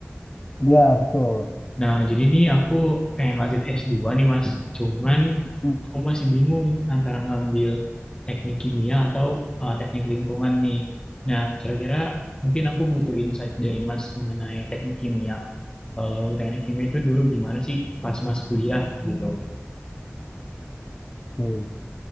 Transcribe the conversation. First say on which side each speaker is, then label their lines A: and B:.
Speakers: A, on the left; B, on the left.
A: ya betul.
B: Nah, jadi nih aku pengen lanjut S2 nih Mas. Cuman
A: Hmm,
B: aku masih bingung antara ngambil teknik kimia atau eh, teknik lingkungan nih. Nah, kira-kira mungkin aku butuh insight dari Mas mengenai teknik kimia Kalau teknik kimia itu dulu gimana sih pas mas kuliah gitu?
A: Oke.